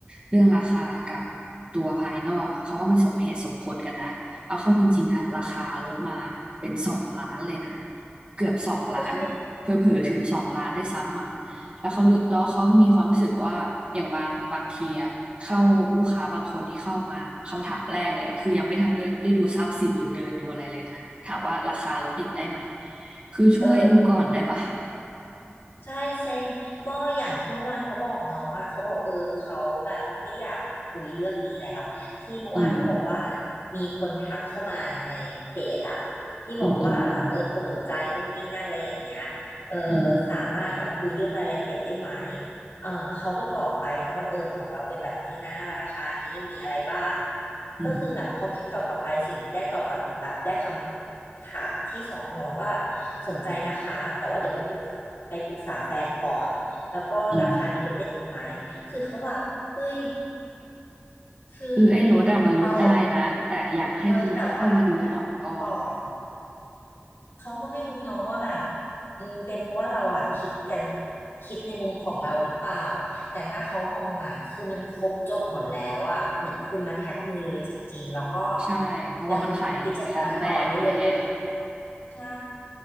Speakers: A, on the right; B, on the left.
A: เรื่องราคากับตัวภายนอกอะเขาว่ามันสมเหตุสมผลกันนะเอาเข้าจริงๆอะราคาลดมาเป็นสองล้านเลยนะเกือบสองล้านเผลอๆถึงสองล้านด้วยซ้ำมั้งแล้วเขารู้แล้วเขามีความรู้สึกว่าอย่างบางบางทีอะเข้าลูกค้าบางคนที่เข้ามาคำถามแรกเลยคือยังไม่ทันได้ดูทรัพย์สินหรือเดินดูอะไรเลยนะถามว่าราคาลดอีกได้ไหม
B: ก็ใช่
A: คือช่วยดูก่อนได้ปะ
B: เออใช่เซ็งก็อย่างที่เมื่อวานเขาบอกน้องอ่ะเขาบอกเออเขาแบบไม่อยากคุยเรื่องนี้แล้วที่เมื่อวานเขาบอกว่า
A: อืม
B: มีคนทักเข้ามาในเพจอ่ะที่บอกว่าแบบเออสนใจนู่นนี่นั่นอะไรอย่างเงี้ยเออ
A: อืมอืมอืมอืม
B: สามารถแบบคุยเรื่องรายละเอียดได้ไหม เออเขาก็ตอบไปนะว่าเออของเราเป็นแบบนี้นะราคานี้มีอะไรบ้าง
A: อืม
B: ก็คือแบบพอพิมพ์ตอบกลับไปสิ่งที่ได้ตอบกลับแบบได้คำถามที่สองกลับมาว่าสนใจนะคะแต่ว่าเดี๋ยวไปปรึกษาไปปรึกษาแฟนก่อนแล้วก็ราคานี้ลดได้อีกไหม
A: อืม
B: คือเขาแบบเฮ้ยคือ
A: คือไอ้ลดอะมันลดได้นะแต่อยากให้คุณอะเข้ามาดูของก่อน
B: เราเออแต่ว่าให้มันก่อน เขาก็ไม่รู้เนาะว่าแบบอืมเป็นเพราะว่าเราอ่ะคิดกันคิดในมุมของเราหรือเปล่าแต่ถ้าเขามองอ่ะคือมันครบจบหมดแล้วอ่ะเหมือนคุณมาแท็กมือเลยจริงๆแล้วก็
A: ใช่เพราะว่ามันขายพร้อมแบรนด์ด้วยไง
B: ดำเนินกิจการต่อได้เลยใช่